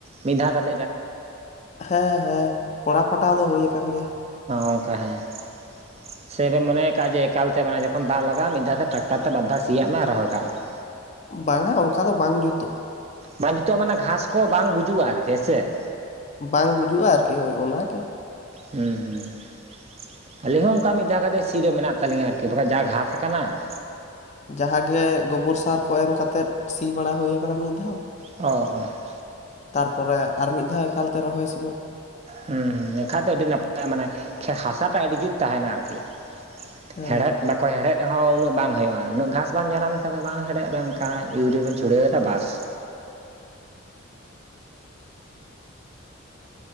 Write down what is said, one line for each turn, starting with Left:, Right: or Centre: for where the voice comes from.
Right: ᱢᱤᱫ ᱫᱷᱟᱣ ᱠᱟᱛᱮᱫ ᱾
Left: ᱦᱮᱸ ᱦᱮᱸ ᱯᱚᱲᱟᱣᱯᱴᱟᱣ ᱫᱚ ᱦᱩᱭᱟ ᱟᱠᱟᱱ ᱜᱮᱭᱟ ᱾
Right: ᱚᱱᱠᱟ ᱦᱮᱸ ᱾ ᱥᱮᱵᱮ ᱢᱚᱱᱮᱭ ᱠᱫ ᱡᱮ ᱮᱠᱟᱞ ᱢᱟᱱᱮ ᱡᱚᱠᱷᱚᱱ ᱫᱟᱜ ᱞᱟᱜᱟᱜᱼᱟ ᱢᱤᱫ ᱫᱷᱟᱣ ᱴᱨᱟᱠᱟᱨᱴᱟᱨ ᱛᱮ ᱵᱟᱟᱨᱫᱷᱟᱣ ᱥᱤᱭᱟᱜ ᱢᱮ ᱟᱨ ᱨᱚᱦᱚᱭ ᱠᱟᱜ ᱢᱮ ᱾
Left: ᱵᱟᱝᱟ ᱚᱱᱠᱟ ᱫᱚ ᱵᱟᱝ ᱡᱩᱛᱩᱜᱼᱟ ᱾
Right: ᱵᱟᱝ ᱱᱤᱛᱚᱜ ᱢᱟᱱᱮ ᱜᱷᱟᱸᱥ ᱠᱚ ᱵᱟᱝ ᱜᱩᱡᱩᱜᱼᱟ ᱟᱨᱠᱤ ᱦ ᱥᱮ ᱾
Left: ᱵᱟᱝ ᱜᱩᱡᱩᱜᱼᱟ ᱟᱨᱠᱤ ᱦᱳᱭ ᱚᱱᱟᱜᱮ ᱾
Right: ᱦᱩᱸ ᱦᱩᱸ ᱾ ᱟᱹᱞᱤᱦᱚ ᱦᱚᱸ ᱚᱱᱠᱟ ᱢᱤᱫ ᱫᱷᱟᱣ ᱠᱟᱛᱮᱫ ᱥᱤ ᱫᱚ ᱢᱮᱱᱟᱜ ᱛᱟᱹᱞᱤᱧᱟ ᱟᱨᱠᱤ ᱵᱟᱠᱷᱟᱱ ᱡᱟ ᱜᱷᱟᱥ ᱠᱟᱱᱟ ᱾
Left: ᱡᱟᱦᱟᱸᱜᱮ ᱜᱳᱵᱚᱨ ᱥᱟᱨ ᱠᱚ ᱮᱢ ᱠᱟᱛᱮᱜ ᱥᱤ ᱵᱟᱲᱟ ᱦᱩᱭ ᱟᱠᱟᱱᱟ ᱢᱤᱫ ᱫᱷᱟᱣ ᱾
Right: ᱚ ᱚ ᱾
Left: ᱛᱟᱨᱯᱚᱨᱮ ᱟᱨ ᱢᱤᱫ ᱫᱷᱟᱣ ᱮᱠᱟᱞᱛᱮ ᱨᱚᱦᱚᱭ ᱥᱚᱢᱚᱭ ᱾
Right: ᱦᱩᱸ ᱦᱩᱸ ᱮᱱᱠᱷᱟᱱ ᱫᱚ ᱟᱹᱰᱤ ᱱᱟᱯᱟᱭᱟ ᱢᱟᱱᱮ ᱠᱷᱮᱛ ᱦᱟᱥᱟᱴᱟ ᱟᱹᱰᱤ ᱡᱩᱛ ᱛᱟᱦᱮᱱᱟ ᱟᱨᱠᱤ ᱾
Left: ᱦᱮᱸ
Right: ᱦᱮᱲᱦᱮᱫ ᱵᱮᱼ ᱚᱠᱚᱭ ᱦᱮᱲᱦᱮᱫ ᱨᱮ ᱦᱚᱸ ᱩᱱᱟᱹᱜ ᱵᱟᱝ ᱦᱩᱭᱩᱜᱼᱟ ᱩᱱᱟᱹᱜ ᱜᱷᱟᱥ ᱵᱟᱝ ᱡᱟᱱᱟᱢ ᱞᱮᱠᱷᱟ ᱫᱚ ᱵᱟᱝ ᱦᱮᱲᱦᱮᱫ ᱞᱮᱱ ᱠᱟᱱᱟ ᱤᱭᱩᱨᱤᱭᱟ ᱵᱚᱱ ᱪᱷᱩᱲᱟᱹᱣᱫᱟ ᱵᱟᱥ ᱾